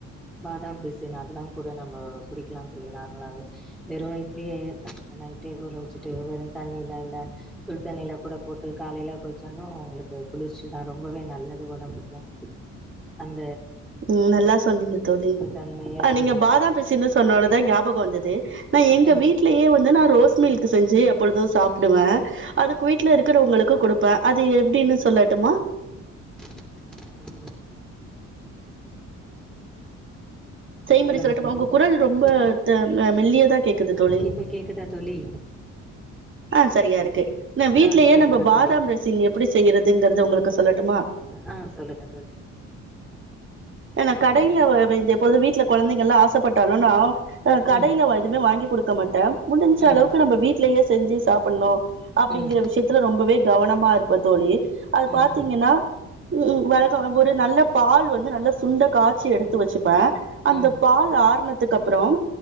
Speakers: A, in the centre; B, on the right.
A: பாதாம் பீசன்னு அதெல்லாம் கூட நம்ம குடிக்கலாம்னு தோழி நார்மலாவே வெறும் வயத்தலயே நம்ம நைட்டே ஊற வச்சுட்டு வெறும் தண்ணில்லாம் இல்ல சுடு தண்ணியில கூட போட்டு காலையில குடிச்சாலும் உங்களுக்கு குளிர்ச்சி தான் ரொம்பவே நல்லது உடம்புக்கும் அந்
B: உம் நல்லா சொன்னீங்க தோழி
A: தன்மையா
B: ஆஹ் நீங்க
A: தீ
B: பாதாம் பிசின்னு சொன்னோனதான் ஞாபகம் வந்தது அது நா எங்க
A: ம்
B: வீட்லயே வந்து நான் ரோஸ் மில்க் செஞ்சு எப்பொழுது சாப் டுவ அதுக்கு வீட்டல இருக்கிறவங்களுக்கு கொடுப்பே அது எப்படின்னு சொல் சொல்லட்டுமா
A: <unintelligible> நானும் தெரிஞ்சுக்கிறேன்
B: செய்முறை
A: சொல்லுங்க
B: சொல்லடுமா
A: தோழி
B: உங்க குரல் ரொம்ப
A: ம்
B: தா மெல்லியதா கேக்குது தோழி
A: இப்ப கேக்குதா தோழி
B: ஆஹ் சரியா இருக்கு நா வீட்லயே
A: ஆ சொல்லுங்க
B: நம்ம பாதாம்
A: தோழி
B: ரசின் எப்டி செய்யறதுங்கறது உங்களுக் க்கு சொல்லட்டுமா
A: ஆஹ் சொல்லுங்க தோழி
B: ஆனா கடையில வந்து எப்பொழுது வீட்டுல குழந்தைங்கல்லாம் ஆசைப்பட்டாங்கன்னா ஆஹ் கடையில
A: ம்
B: எதுவுமே வாங்கி குடுக்க மாட்டேன் முடிஞ்ச
A: ம்
B: அளவுக்கு நம்ம வீட்லேயே செஞ்சு சாப்புணும் அப்புடிங்கிற
A: ம்
B: விஷியத்துல ரொம்பவே கவனமா இருப்பதோழி அது
A: ம்
B: பாத்தீங்கன்னா உம் வழக்கம் ஒரு நல்ல பால் வந்து நல்ல சுண்ட காச்சி எடுத்து வச்சுப்பேன் அந்த
A: ம்
B: பால் ஆறனதுக்கு அப்புறம்